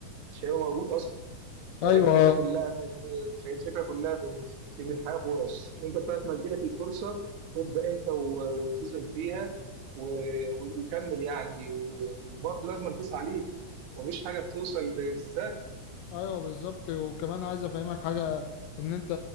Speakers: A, on the right; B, on the left.
A: مش هيبقى موجود اصلا فهي
B: أيوه
A: الفكره كلها في ان فهي الفكره كلها في ان في ان الحياه فرص انت ساعه ما تجيلك الفرصه ابدا انت و- وانتظم فيها و- و- وكمل يعني و- وبرضه لازم تسعى ليه مفيش حاجه بتوصل ب- بالسهل
B: ايوه بالظبط وكمان عايز افهمك حاجه ان انت